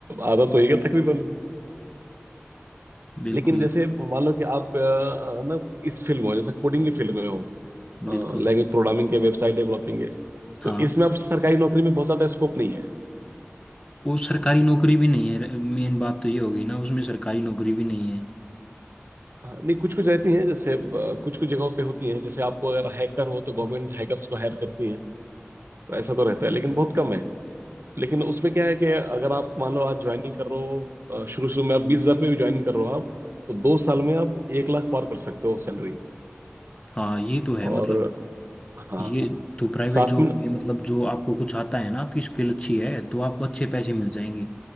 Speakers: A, on the right; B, on the left.
A: आधा तो ही है तकरीबन
B: बिल्कुल
A: लेकिन जैसे मान लो कि आप अ, अ, ना इस फील्ड में हो जैसे कोडिंग की फील्ड में हो लैंग्वेज
B: बिल्कुल
A: प्रोग्रामिंग के वेबसाइट डेवलपिंग के
B: हाँ
A: तो इसमें आप सरकारी नौकरी में बहुत ज्यादा स्कोप नहीं है
B: वो सरकारी नौकरी भी नहीं है मेन बात तो ये हो गई ना उसमें सरकारी नौकरी भी नहीं है
A: हाँ, नहीं कुछ कुछ रहती हैं जैसे कुछ कुछ जगहों पे होती हैं जैसे आप अगर हैकर हो तो गवर्नमेंट hackers को हायर करती है तो ऐसा तो रहता है लेकिन बहुत कम है लेकिन उसमें क्या है कि अगर आप मान लो आज ज्वाइनिंग कर रहे हो शुरू शुरू में आप बीस हजार पे भी ज्वाइनिंग कर रहे हो आप तो दो साल में आप एक लाख पार कर सकते हो सैलरी
B: हाँ ये तो है मतलब
A: और हाँ
B: ये तो प्राइवेट
A: साथ
B: जॉब
A: में
B: में मतलब जो आपको कुछ आता है ना आपकी स्किल अच्छी है तो आपको अच्छे पैसे मिल जाएंगे